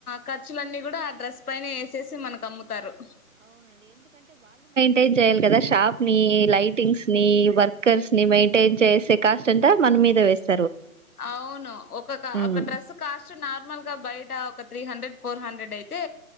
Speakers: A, on the left; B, on the right.
A: ఖర్చులన్నీ కూడా ఆ డ్రెస్ పైనే వేసేసి మనకు అమ్ముతారు
B: టైన్ చేయాలి కదా షాప్ ని లైటింగ్స్ ని వర్కర్స్ ని మెయింటైన్ చేసే కాస్ట్ అంతా మనం మీద వేస్తా
A: అవును ఒక ఒక
B: మ్
A: డ్రెసు కాస్ట్ నార్ మల్ గా బయట ఒక త్రీ హండ్రెడ్ ఫోర్ హండ్రెడ్ అయితే